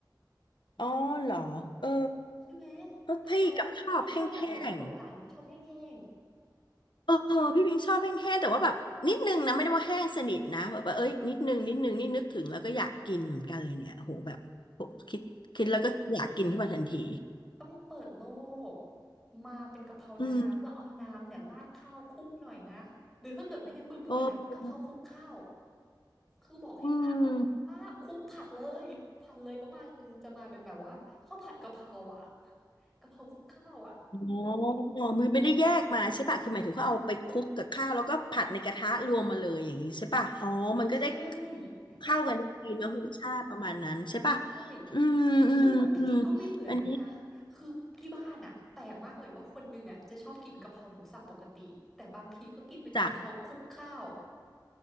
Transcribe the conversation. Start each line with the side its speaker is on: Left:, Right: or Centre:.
Left: อ๋อเหรอเออ
Centre: ใช่ไหม
Left: เพพี่กับชอบแห้
Centre: กะเพราที่ชอบแบบไหนมากกว่ากันชอบแห้ง
Left: งๆเออพี่พิงชอบแห้งๆแต่ว่าแบบนิดนึงนะไม่ได้ว่าแห้งสนิทนะแบบว่าเอ้ยนิดนึงนิดนึงนี่นึกถึงแล้วก็อยากกินเหมือนกันเลยเนี่ยโอ้โหแบบคิดคิดแล้วก็อยากกินขึ้นมาทันที
Centre: ต้องเปิดโลกมาเป็นกะเพราน้ำแล้วเอาน้ำเนี่ยราดข้าวคลุกหน่อยนะหรือถ้าเกิดไม่งั้นเบื่อเบื่อนะกะเพราคลุกข้าว
Left: อืมโอ้
Centre: คือบอกให้ป้าเขาป้าคลุกผัดเลยผัดเลยแล้วมามันจะมาเป็นแบบว่าข้าวผัดกะเพราอ่ะ
Left: อืม
Centre: กะเพราคลุกข้าวอ่ะ
Left: อ๋อมือไม่ได้แยกมาใช่ป่ะ คือหมายถึงเขาเอาไปคลุกกับข้าวแล้วก็ผัดในกระทะรวมมาเลยอย่างนี้ใช่ป่ะ อ๋อมันก็ได้
Centre: ใช่
Left: เข้ากันได้ดีเนาะรสชาติประมาณนั้นใช่ป่ะ
Centre: ใช่
Left: อืมอืมอืม
Centre: ซึ่งบางทีก็ไม่เหมือนด้วยนะคือที่บ้านอ่ะแปลกมากเลยว่าคนหนึ่งอ่ะจะชอบกินกะเพราหมูสับปกติแต่บางทีก็กินเป็นกะเพราคลุกข้าว
Left: อันนี้จาก